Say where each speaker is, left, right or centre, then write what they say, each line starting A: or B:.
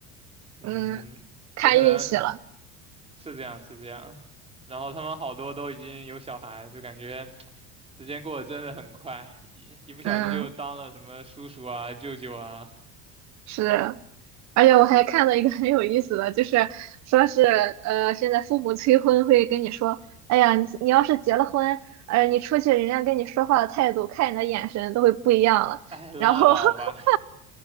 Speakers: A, on the right (about 15°); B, on the right (about 55°).
A: 嗯，
B: 嗯，看运气了。
A: 就可能是这样，是这样。然后他们好多都已经有小孩，就感觉。时间过得真的很快，一一不小心就当了什么叔叔啊、
B: 嗯，
A: 舅舅啊，
B: 是。而且我还看到一个很有意思的，就是说是呃，现在父母催婚会跟你说，哎呀，你你要是结了婚，呃，你出去人家跟你说话的态度，看你的眼神都会不一样了。
A: 哎，拉倒吧，
B: 然后，<laughs>